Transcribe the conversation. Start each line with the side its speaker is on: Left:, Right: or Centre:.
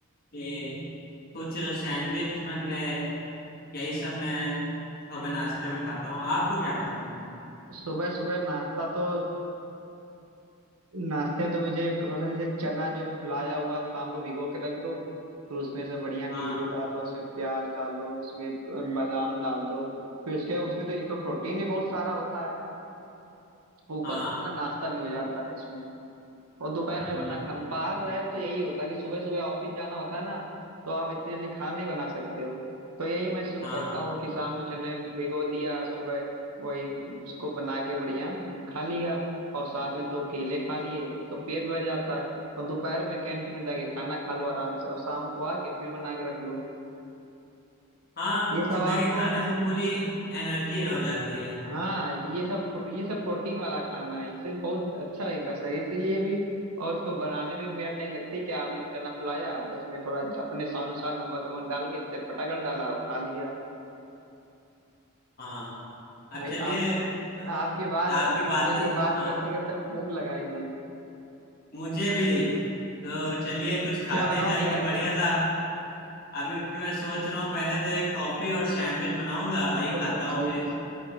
Left: ये कुछ सैंडविच बन गए यही सब मैं अब मैं नाश्ते में खाता हूँ आपको क्या पसंद है
Right: सुबह सुबह नाश्ता तो नाश्ते में तो मुझे पसंद है जैसे चना जो फुलाया हुआ शाम को भिगो के रख दो फिर उसमें से बढ़िया नींबू
Left: हाँ
Right: डाल लो उसमें प्याज डालो उसमें बादाम डाल दो फिर उसके बाद उसमें तो एक तो प्रोटीन भी बहुत सारा होता है ऊपर
Left: हाँ
Right: से पूरा नाश्ता भी हो जाता है इसमें और दोपहर में
Left: हम्म,
Right: वरना खा बाहर रहे तो यही होता है कि सुबह सुबह ऑफिस जाना होता है ना तो आप इतनी जल्दी खाना नहीं बना सकते हो तो यही मैं सु-
Left: हाँ
Right: करता हूँ कि शाम को चने भिगो दिया सुबह वही उसको बना के बढ़िया खा लिया और साथ में दो केले खा लिए तो पेट भर जाता है और दोपहर में कैंटीन में जाके खाना खा लो आराम से और शाम को आके फिर बना के रख लो
Left: हाँ
Right: ये सब
Left: सुबह
Right: आपको
Left: के खाने से पूरी एनर्जी हो जाती है
Right: हाँ ये सब ये सब प्रोटीन वाला खाना है इससे बहुत अच्छा रहता है शरीर के लिए भी और उसको बनाने में भी मेरा नहीं लगता कि आपने चना फुलाया बस में थोड़ा अपने स्वानुसार नमक वमक डाल के चटपटा कर डाला और खा लिया
Left: हाँ अब
Right: भाई
Left: चलिए
Right: आप
Left: आ-
Right: आपके बाद
Left: आपकी
Right: खाने
Left: बात
Right: की बात
Left: हाँ
Right: करते करते भूख लगाई मुझे भी
Left: मुझे भी तो चलिए कुछ खाते
Right: क्या बनाओगे
Left: हैं चल
Right: जाके
Left: के बढ़िया सा अभी मैं सोच रहा हूँ पहले तो एक कॉफी और सैंडविच बनाऊंगा वही
Right: अरे
Left: खाता
Right: भाई
Left: हूँ अभी